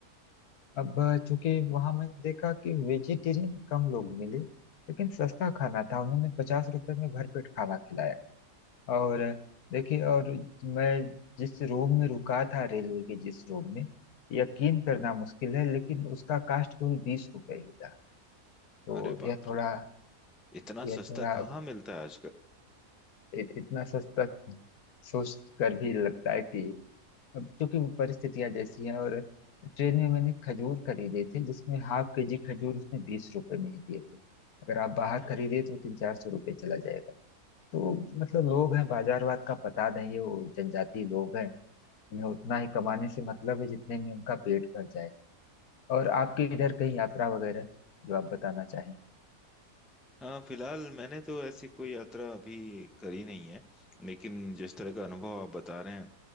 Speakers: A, on the left; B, in the centre.
A: अब अ, चूंकि वहां मैंने देखा कि वेजिटेरियन कम लोग मिले लेकिन सस्ता खाना था उन्होंने पचास रुपए में भरपेट खाना खिलाया और अ, देखिए और मैं जिस रूम में रुका था रेलवे के जिस रूम में यकीन करना मुश्किल है लेकिन उसका कास्ट केवल बीस रुपए ही था तो
B: अरे बाप
A: यह थोड़ा
B: रे इतना
A: यह
B: सस्ता
A: थोड़ा
B: कहाँ मिलता है
A: इत- इतना सस्ता सोच कर भी लगता है कि अब क्योंकि वो परिस्थितियां जैसी हैं और ट्रेन में मैंने खजूर खरीदे थे जिसमें हाफ के जी खजूर उसने बीस रुपए में ही दिए थे अगर आप बाहर खरीदे तो तीन चार सौ रुपये चला जाएगा तो मतलब लोग हैं बाजारवाद का पता नहीं है वो जनजाति लोग हैं उन्हें उतना ही कमाने से मतलब है जितने में उनका पेट भर जाए और आपके इधर कहीं यात्रा वगैरह जो आप बताना चाहें
B: हाँ फिलहाल मैंने तो ऐसी कोई यात्रा अभी करी नहीं है लेकिन जिस तरह का अनुभव आप बता रहे हैं